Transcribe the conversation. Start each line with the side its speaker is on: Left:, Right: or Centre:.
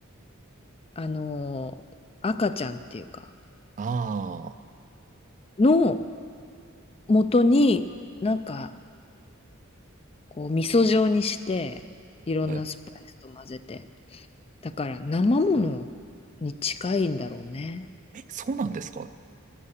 Left: あのー赤ちゃんっていうか、
Right: あ
Left: の元に、なんか、こう、味噌状にして、いろんなスパイスと混ぜて。
Right: あ、はい
Left: だから、生ものに近いんだろうね。
Right: そうなんですか